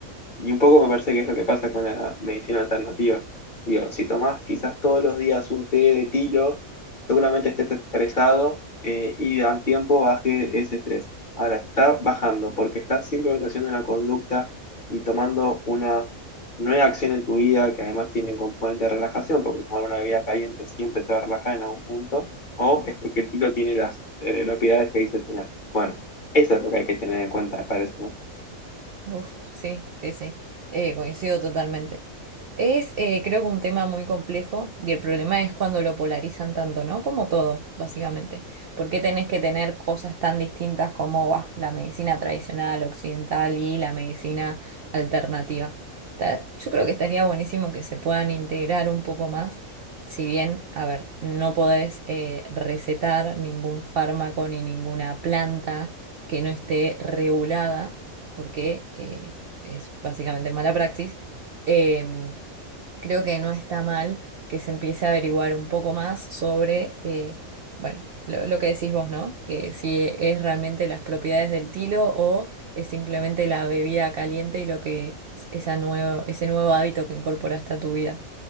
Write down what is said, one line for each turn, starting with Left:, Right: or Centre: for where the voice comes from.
Left: Y un poco me parece que es lo que pasa con la medicina alternativa. Digo, si tomás quizás todos los días un té de tilo, seguramente estés estresado eh, y al tiempo baje ese estrés. Ahora está bajando porque estás simplemente haciendo una conducta y tomando una nueva acción en tu vida que además tiene un componente de relajación, porque tomar una bebida caliente siempre te va a relajar en algún punto, o es porque el tilo tiene las eh, propiedades que dice tener. Bueno, eso es lo que hay que tener en cuenta, me parece, ¿no?
Right: Uf, sí, sí, sí, Eh, coincido totalmente. Es, eh, creo que un tema muy complejo y el problema es cuando lo polarizan tanto, ¿no? Como todo, básicamente. ¿Por qué tenés que tener cosas tan distintas como bah, la medicina tradicional occidental y la medicina alternativa? Ta- Yo creo que estaría buenísimo que se puedan integrar un poco más, si bien, a ver, no podés eh, recetar ningún fármaco ni ninguna planta que no esté regulada porque eh, es básicamente mala praxis, eh, creo que no está mal que se empiece a averiguar un poco más sobre, eh, bueno, lo, lo que decís vos, ¿no? Que si es realmente las propiedades del tilo o es simplemente la bebida caliente y lo que es esa nuevo, ese nuevo hábito que incorporaste a tu vida.